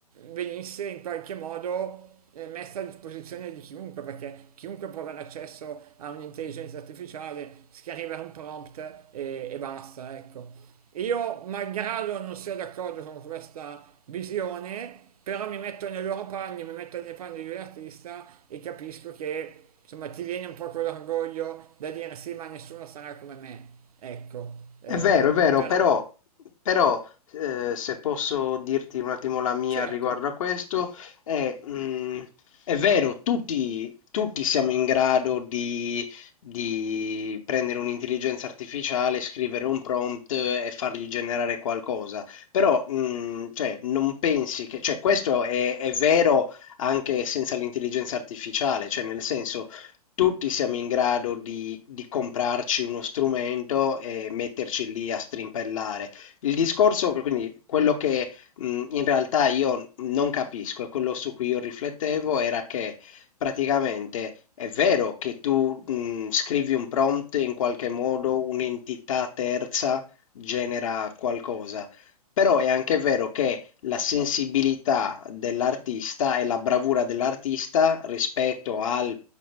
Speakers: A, on the right; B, on the left.
A: venisse in qualche modo eh, messa a disposizione di chiunque, perché chiunque può avere accesso a un'intelligenza artificiale, scrivere un prompt e, e basta, ecco. Io, malgrado non sia d'accordo con questa visione, però mi metto nei loro panni, mi metto nei panni di un artista e capisco che insomma ti viene un po' quell'orgoglio da dire sì, ma nessuno sarà come me. Ecco, eh,
B: È vero, è vero,
A: però
B: però, però, ehm, se posso dirti un attimo la mia
A: certo,
B: riguardo a questo, è, mhmm, è vero, tutti, tutti siamo in grado di, di prendere un'intelligenza artificiale, scrivere un prompt e fargli generare qualcosa, però, mhmm, cioè, non pensi che, cioè, questo è, è vero anche senza l'intelligenza artificiale, cioè, nel senso, tutti siamo in grado di di comprarci uno strumento e metterci lì a strimpellare. Il discorso, quindi quello che mh, in realtà io non capisco e quello su cui io riflettevo era che praticamente è vero che tu mh, scrivi un prompt in qualche modo, un'entità terza genera qualcosa, però è anche vero che la sensibilità dell'artista e la bravura dell'artista rispetto al